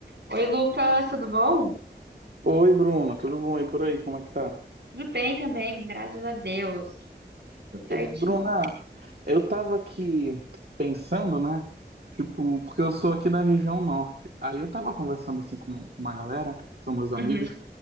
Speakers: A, on the right; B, on the right.
A: Oi, Lucas, tudo bom?
B: Oi, Bruno, tudo bom? E por aí, como é que tá?
A: Tudo bem também, graças a Deus. Tudo certinho.
B: E, Bruna, eu tava aqui pensando, né? Tipo, porque eu sou aqui da região norte. Aí eu tava conversando assim com uma galera, são meus amigos.
A: Uhum.